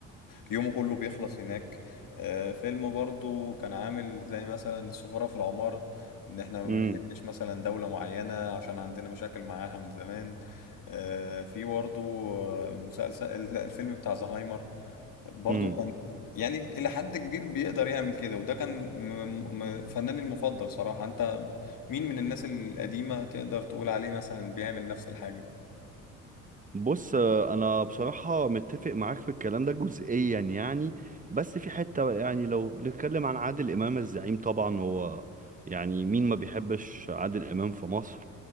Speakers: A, on the left; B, on the right.
A: يومه كله بيخلص هناك آه، فيلم برضو كان عامل زي مثلا السفارة في العمارة ان احنا ما
B: امم
A: بنحبش مثلا دولة معينة عشان عندنا مشاكل معاها من زمان آه، في برضو آه، مسلسل لا الفيلم بتاع زهايمر برضو
B: امم
A: كان يعني إلى حد كبير بيقدر يعمل كده وده كان م- م- فناني المفضل صراحة انت مين من الناس القديمة تقدر تقول عليه مثلا بيعمل نفس الحاجة
B: بص آه، انا بصراحة متفق معاك في الكلام ده جزئيا يعني بس في حتة يعني لو بنتكلم عن عادل امام الزعيم طبعا هو يعني مين ما بيحبش عادل امام في مصر